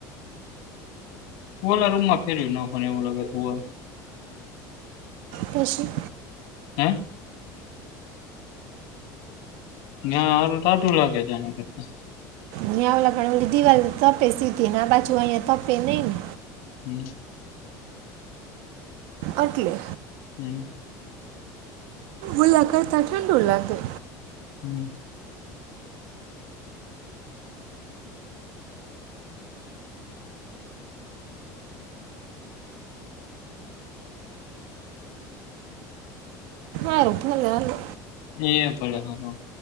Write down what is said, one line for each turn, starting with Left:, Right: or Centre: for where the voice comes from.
Left: ઓલા રૂમમાં ફેરવી નોખવાનુ એવું લાગે તો હુવા નુ.
Right: પસી
Left: હે ત્યાં હારુ ટાઢું લાગે છે. આના કરતા.
Right: અય આવ એટલે ઘણી બધી દિવાલ ને એ તપે સીધીન આ બાજુ અંયા તપે નહી ને
Left: હમ <inaudible>
Right: એટલે
Left: હમ
Right: ઓલા કરતા ઠંડુ લાગે.
Left: હમ
Right: હારુ ભલે હાલો.
Left: એ ભલે હારુ.